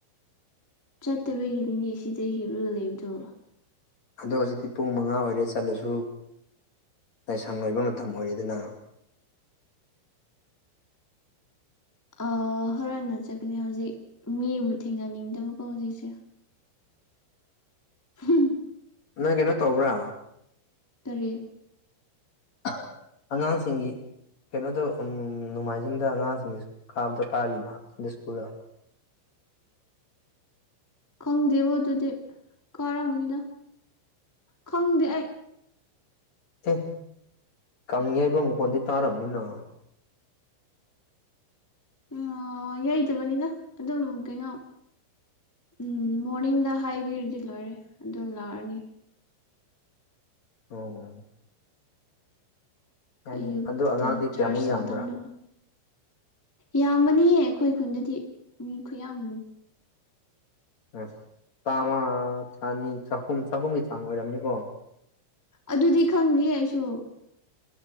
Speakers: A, in the centre; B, on the left.
A: ꯆꯠꯇꯕꯒꯤꯅꯤꯅꯦ ꯁꯤꯗꯩ ꯍꯤꯞꯂꯒ ꯂꯩꯕꯗꯣ
B: ꯑꯗꯣ ꯍꯧꯖꯤꯛꯇꯤ ꯄꯨꯡ ꯃꯉꯥ ꯑꯣꯏꯔꯦ ꯆꯠꯂꯁꯨ ꯂꯥꯏꯁꯪ ꯂꯣꯏꯕ ꯃꯇꯝ ꯑꯣꯏꯔꯦꯗꯅ
A: ꯑꯥ ꯍꯣꯔꯦꯟ ꯅꯆꯠꯀꯅꯤ ꯍꯧꯖꯤꯛ ꯃꯤꯕꯨ ꯊꯦꯡꯅꯅꯤꯡꯗꯕꯀꯣ ꯍꯧꯖꯤꯛꯁꯦ ꯎꯝ
B: ꯅꯪ ꯀꯩꯅꯣ ꯇꯧꯕ꯭ꯔꯥ
A: ꯀꯥꯔꯤ
B: ꯑꯍꯥ ꯑꯉꯥꯡꯁꯤꯡꯒꯤ꯫ ꯀꯩꯅꯣꯗ ꯑꯝ ꯅꯣꯡꯃꯥꯏꯖꯤꯡꯗ ꯑꯉꯥꯡꯁꯤꯡꯁꯤ ꯁꯨ꯭ꯀ ꯀꯥꯕꯗ ꯀꯥꯔꯤꯕꯗ ꯁ꯭ꯀꯨꯜꯗ꯫
A: ꯈꯪꯗꯦꯕꯣ ꯑꯗꯨꯗꯤ ꯀꯥꯔꯝꯅꯤꯅ ꯈꯪꯗꯦ ꯑꯩ
B: ꯑꯦ ꯀꯪ ꯌꯩꯕ ꯃꯈꯣꯟꯗꯤ ꯇꯥꯔꯝꯅꯤꯅ꯫
A: ꯎꯝ ꯌꯩꯗꯕꯅꯤꯅ ꯑꯗꯨꯝ ꯀꯩꯅꯣ ꯎꯝ ꯃꯣꯔꯅꯤꯡꯗ ꯍꯥꯏꯕꯤꯔꯗꯤ ꯂꯣꯏꯔꯦ ꯑꯗꯨꯝ ꯂꯥꯛꯔꯅꯤ꯫
B: ꯑꯣ꯫ ꯌꯥꯅꯤ
A: ꯑꯌꯨꯊꯗ
B: ꯑꯗꯣ ꯑꯉꯥꯡꯗꯤ
A: ꯆꯔꯆ
B: ꯀꯌꯥꯃꯨꯛ ꯌꯥꯝꯕ꯭ꯔꯥ
A: ꯃꯇꯝꯗ ꯌꯥꯝꯕꯅꯤ ꯑꯩꯈꯣꯏ ꯈꯨꯟꯗꯗꯤ ꯃꯤ ꯈꯨꯌꯥꯝ
B: ꯑꯁ ꯆꯥꯝꯃ ꯆꯅꯤ ꯆꯍꯨꯝ ꯆꯍꯨꯝꯒꯤ ꯆꯥꯡ ꯑꯣꯏꯔꯝꯅꯤꯀꯣ꯫
A: ꯑꯗꯨꯗꯤ ꯈꯪꯗꯦ ꯑꯩꯁꯨ ꯫